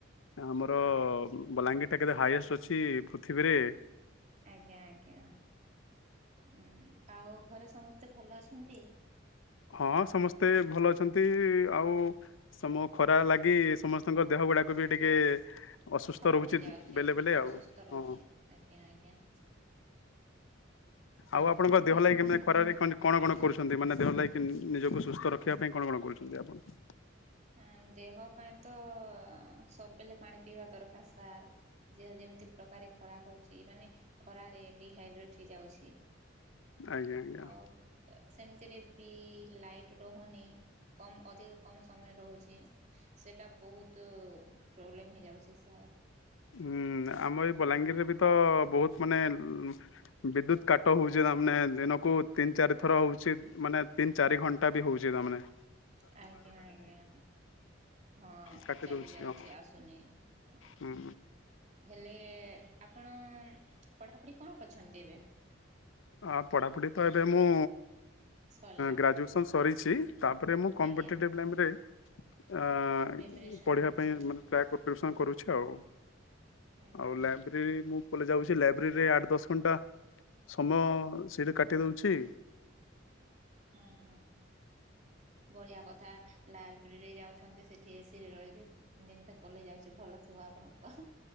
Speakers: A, on the left; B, on the right.
A: ଆମର ବଲାଙ୍ଗୀର ଟା କେତେ ହାଇଏଷ୍ଟ ଅଛି ପୃଥିବୀରେ।
B: ଆଜ୍ଞା ଆଜ୍ଞା ଉ ଆଉ ଘରେ ସମସ୍ତେ ଭଲ ଅଛନ୍ତି?
A: ହଁ ସମସ୍ତେ ଭଲ ଅଛନ୍ତି ଆଉ ସମ ଖରା ଲାଗି ସମସ୍ତଙ୍କ ଦେହ ଗୁଡାକ ବି ଟିକେ- ଅସୁସ୍ଥ
B: ଖରାପ
A: ରହୁଛି
B: ହେଇଯାଉଛେ
A: ବେଲେ ବେଲେ ଆଉ
B: ଅସୁସ୍ଥ ରହୁଛେ
A: ହଁ
B: ଆଜ୍ଞା ଆଜ୍ଞା।
A: ଆଉ ଆପଣଙ୍କ
B: ହେଲେ
A: ଦେହ ଲାଗି କେମ ଖରାରେ କଣ କଣ କରୁଛନ୍ତି ମାନେ ଦେହ ଲାଗି- କି ନିଜକୁ ସୁସ୍ଥ ରଖିବା ପାଇଁ କଣ କଣ କରୁଛନ୍ତି ଆପଣ-
B: ଅ ଦେହ ପାଇଁ ତ ସବୁବେଳେ ପାଣି ପିଇବା ଦରକାର ସାର୍ ଦେହ ଯେମିତି ପ୍ରକାର ଖରାପ ହଉଛି ମାନେ ଖରାରେ ଡିହାଇଡ୍ରେଟ ହେଇଯାଉଛି।
A: ଆଜ୍ଞା ଆଜ୍ଞା।
B: ଆଉ ସେମିତିରେ ବି ଲାଇଟ୍ ରହୁନି କମ୍ ଅଧିକ କମ- ସମୟ ରହୁଛି ସେଇଟା ବହୁତ ପ୍ରୋବ୍ଲେମ ହେଇଯାଉଛି ସାର୍।
A: ହୁଁ ଆମ ଏଇ ବଲାଙ୍ଗୀରରେ ବି ତ ବହୁତ ମାନେ ବିଦ୍ୟୁତ କାଟ ହଉଛି ତ ମାନେ ଦିନକୁ ତିନି ଚାରି ଥର ହଉଛି ମାନେ ତିନି ଚାରି ଘଣ୍ଟା ବି ହଉଛି ତା ମାନେ-
B: ଆଜ୍ଞା ଆଜ୍ଞା ହଁ
A: କାଟି
B: ଚାଲି
A: ଦଉଛି
B: ଯାଉଛି
A: ହଁ
B: ଆସୁନି ହଁ।
A: ହୁଁ
B: ହେଲେ ଆପଣ ପଢ଼ାପଢ଼ି କଣ କରିଛନ୍ତି ଏବେ-
A: ହଁ ପଢ଼ାପଢ଼ି ତ ଏବେ ମୁଁ
B: ସରିଲା
A: ଗ୍ରାଜୁଏସନ୍ ସରିଛି। ତାପରେ ମୁଁ କମ୍ପଟିଲାଇରେ
B: ଆଜ୍ଞା
A: ଅ
B: ପ୍ରିପାରେସନ୍
A: ପଢିବା
B: ଚାଲିଛି
A: ପାଇଁ ମାନେ ଟ୍ରାକ୍ କରି କରୁଛ ଆଉ
B: ଆଜ୍ଞା
A: ଆଉ ଲାଇବ୍ରେରୀ
B: ଆଜ୍ଞା।
A: ମୁଁ ପଳେଇ ଯାଉଛି ଲାଇବ୍ରେରୀରେ ଆଠ ଦଶ ଘଣ୍ଟା ଆ ସିଟ କାଟି
B: ଓ
A: ଦେଉଛି
B: ହଁ ହ ବଢିଆ କଥା ଲାଇବ୍ରେରୀରେ ଯାଉଛନ୍ତି ସେଠି ଏସିି ରହିକି ଦିନଟା ପଲେଇ ଯାଉଛି ଭଲ ଥିବ ଆପଣଙ୍କ